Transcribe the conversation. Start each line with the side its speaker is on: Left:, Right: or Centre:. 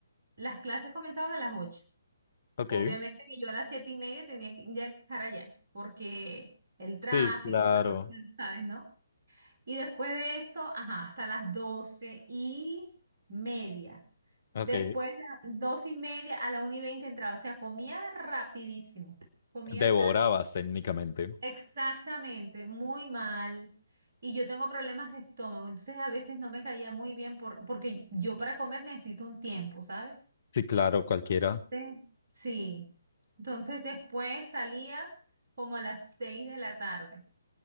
Right: las clases comenzaban a las 8.
Left: Ok.
Right: Obviamente que yo a las siete y media tenía que ya estar allá, porque el
Left: Sí,
Right: tráfico,
Left: claro.
Right: la cuestión, ¿sabes, no? Y después de eso, ajá, hasta las doce y media.
Left: Ok.
Right: Después de las doce y media a la una y veinte entraba, o sea, comía rapidísimo. Comía
Left: Devorabas
Right: tan
Left: técnicamente.
Right: Exactamente, muy mal. Y yo tengo problemas de estómago, entonces a veces no me caía muy bien por, porque yo para comer necesito un tiempo, ¿sabes?
Left: Sí, claro, cualquiera.
Right: Sí. Sí. Entonces después salía como a las seis de la tarde,